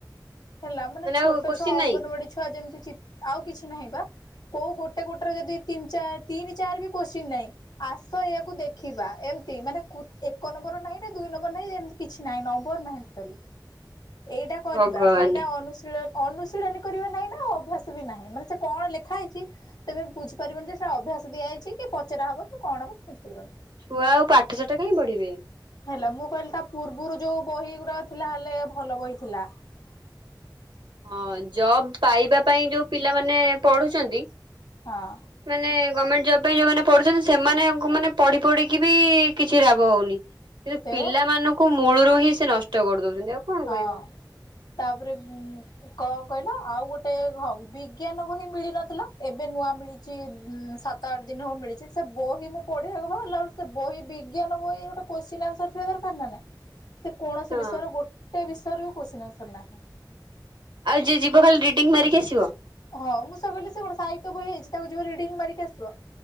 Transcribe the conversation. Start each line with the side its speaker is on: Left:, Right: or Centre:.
Left: ହେଲା, ମାନେ ଛୋଟ
Right: ଆଉ କୋଶ୍ଚିନ୍
Left: ଛୁଆ,
Right: ନାଇଁ
Left: ଅଙ୍ଗନବାଡି ଛୁଆ ଯେମିତି। ଆଉ କିଛି ନାହିଁ ବା? କୋଉ ଗୋଟେ ଗୋଟେରେ ଯଦି ତିନି ଚାର ତିନି ଚାରି ବି କୋଶ୍ଚିନ୍ ନାହିଁ? ଆସ, ଏଇଆକୁ ଦେଖିବା। ଏମିତି, ମାନେ ଏକ ନମ୍ବର ନାହିଁ, ନା ଦୁଇ ନମ୍ବର ନାହିଁ ଏମତି କିଛି। ନାହିଁ, ନମ୍ବର ନାହିଁ। ଟୋଟାଲି ଏଇଟା କରିବା,
Right: ଭଗବାନ
Left: ସେଇଟା ଅନୁଶୀଳ ଅନୁଶୀଳନୀ କରିବ ନାହିଁ ନା? ଆଉ ଅଭ୍ୟାସ ବି ନାହିଁ। ମାନେ ସେ କଣ ଲେଖା ହେଇଛି? ତମେ ବୁଝିପାରିବନି ଯେ, ସେଟା ଅଭ୍ୟାସ ଦିଆଯାଇଛି କି, ପଚରା ହବ କି, କଣ ହବ ବୁଝିପାରିବନି।
Right: ଛୁଆ ଆଉ ପାଠଶାଠ କାହିଁ ପଢିବେ?
Left: ହେଲା, ମୁଁ କହିଲି, ତା ପୂର୍ବରୁ ଯୋଉ ବହିଗୁଡା ଥିଲା, ହେଲେ ଭଲ ବହି ଥିଲା। ହୁଁ
Right: ହଁ, ଜବ୍ ପାଇବା ପାଇଁ ଯୋଉ ପିଲାମାନେ ପଢୁଛନ୍ତି।
Left: ହଁ।
Right: ମାନେ, ଗଭର୍ଣମେଣ୍ଟ ଜବ୍ ପାଇଁ ଯୋଉମାନେ ପଢୁଛନ୍ତି, ସେମାନେ ମାନେ ପଢ଼ି ପଢିକି ବି କିଛି ଲାଭ ହଉନି। କିନ୍ତୁ
Left: ସେୟା
Right: ପିଲାମାନଙ୍କୁ
Left: ବା
Right: ମୂଳରୁ ହିଁ ସେ ନଷ୍ଟ କରି ଦଉଛନ୍ତି। ଆଉ କଣ କହିବ।
Left: ହଁ। ତାପରେ କଣ କହିଲ? ଆଉ ଗୋଟେ ହଁ ବିଜ୍ଞାନ ବହି ମିଳିନଥିଲା। ଏବେ ନୂଆ ମିଳିଛି। ଉଁ ସାତ ଆଠ ଦିନ ହେବ‌ ମିଳିଛି ସେ ବହି। ମୁଁ ପଢିବାକୁ ବାହାରିଲା ବେଳେ ସେ ବହି ବିଜ୍ଞାନ ବହି ଗୋଟେ କୋଶ୍ଚିନ୍ ଆନ୍ସର ଥିବା ଦରକାର ନା ନାହିଁ? ସେ କୌଣସି
Right: ହଁ।
Left: ବିଷୟର ଗୋଟେ ବିଷୟରେ ବି କୋଶ୍ଚିନ୍ ଆନ୍ସର ନାହିଁ?
Right: ଆଉ ଯିଏ ଯିବ, ଖାଲି ରିଡିଙ୍ଗ ମାରିକି ଆସିବ।
Left: ହଁ, ମୁଁ ସେୟା କହିଲି। ସେ କଣ ସାହିତ୍ୟ ବହି ହେଇଛି? ତାକୁ ଯିବ, ରିଡିଙ୍ଗ ମାରିକି ଆସିବ।